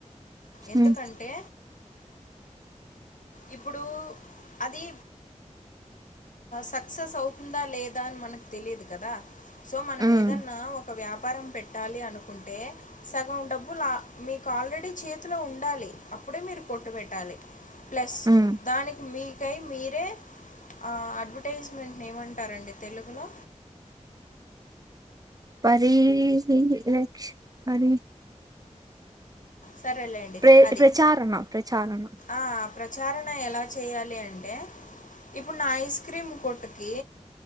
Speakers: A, on the left; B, on the right.
A: ఎందుకంటే
B: ఉమ్
A: ఇప్పుడు అది సక్సెస్ అవుతుందా లేదా అని మనకు తెలియదు కదా సో మనం
B: ఉమ్
A: ఏదన్నా ఒక ఒక వ్యాపారం పెట్టాలి అనుకుంటే సగం డబ్బులు మీకు ఆల్రెడీ చేతిలో ఉండాలి అప్పుడే మీరు కొట్టుబెట్టాలి ప్లస్
B: ఉమ్
A: దానికి మీ కై మీరే ఆ అ అడ్వర్టైజ్మెంట్ని ఏమంటారండి తెలుగులో
B: పరిరక్ష పరి
A: సరేలేండి
B: ప్రే
A: అది
B: ప్రచారణ ప్రచారణ
A: ఆ! ప్రచారణ ఎలా చేయాలి అంటే ఇప్పుడు నా ఐస్ క్రీమ్ కొట్ అకే